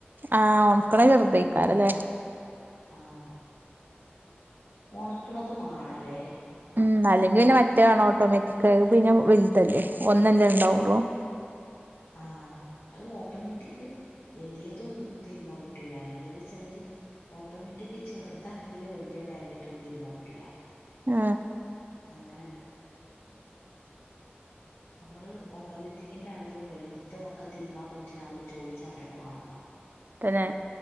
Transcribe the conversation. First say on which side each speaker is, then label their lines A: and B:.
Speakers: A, on the right; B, on the left.
A: ആഹ ഓണക്കള ശെറുധിക്കാരല്ലേ
B: ആഹ ഉണക്കണതുമാണല്ലേ
A: ഉം അല്ലെങ്കിൽ പിന്നെ മറ്റേ വണം ഓട്ടോമാറ്റിക് ആ പിന്നെ വലുതല്ലേ ഒന്നെല്ല ഉണ്ടാവുള്ളൂ
B: ആഹ അത് ഓട്ടോമാറ്റിക് എല്ലതും തീരുമാൻ പറ്റൂല അല്ലത് ചില ഓട്ടോമാറ്റിക് ചെറുതാണെങ്കില് വല്ല്യ ബ്ലാങ്കറ്റ് ഒന്നും തിരുമ്പാൻ പറ്റില്ല
A: ആ
B: അങ്ങനെയുണ്ട് നമ്മള് ഓട്ടോമാറ്റിക്കിന്റെ ആണെങ്കിലും വലുത ഒക്കെ തിരുമാൻ പറ്റി നമ്മള് ചോയിച്ചറിഞ്ഞേട്ടെ വാങ്ങണം
A: തന്നെ